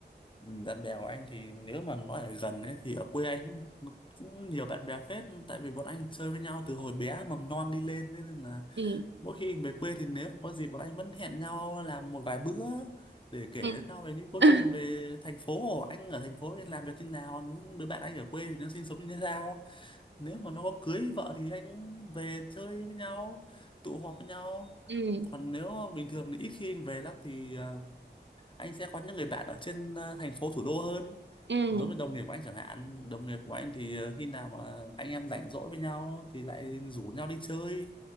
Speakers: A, on the left; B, on the right.
A: Ừ, bạn bè của anh thì nếu mà nói ở gần ấy thì ở quê anh cũng, cũng nhiều bạn bè phết tại vì bọn anh chơi với nhau từ hồi bé mầm non đi lên nên là
B: ừ
A: mỗi khi về quê thì nếu có gì bọn anh vẫn hẹn nhau làm một vài bữa để kể
B: Ừ.
A: cho nhau về những câu
B: ừ
A: chuyện
B: <laughs>
A: về thành phố anh ở thành phố thì làm việc như nào những đứa bạn anh ở quê thì nó sinh sống như thế nào nếu mà nó có cưới vợ thì anh về chơi với nhau tụ họp với nhau
B: ừ
A: còn nếu mà bình thường thì ít khi anh về lắm thì ờ, anh sẽ có những người bạn ở trên ờ, thành phố thủ đô hơn
B: ừ
A: đối với đồng nghiệp của anh chẳng hạn đồng nghiệp của anh thì ờ, khi nào mà anh em rảnh rỗi với nhau thì lại rủ nhau đi chơi